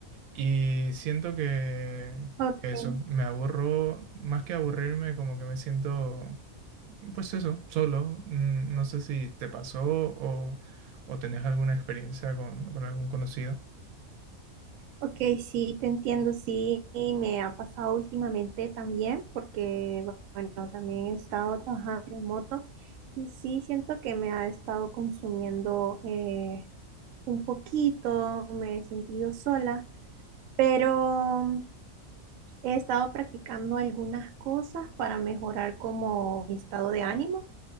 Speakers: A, on the right (about 80°); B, on the right (about 70°).
A: y siento que
B: Ok,
A: que eso, me aburro, más que aburrirme, como que me siento, pues eso, solo. Mm, No sé si te pasó o, o tenés alguna experiencia con, con algún conocido.
B: ok, sí, te entiendo, sí, y me ha pasado últimamente también, porque, bueno, también he estado trabajando remoto y sí siento que me ha estado consumiendo eh, un poquito, me he sentido sola, pero he estado practicando algunas cosas para mejorar como mi estado de ánimo.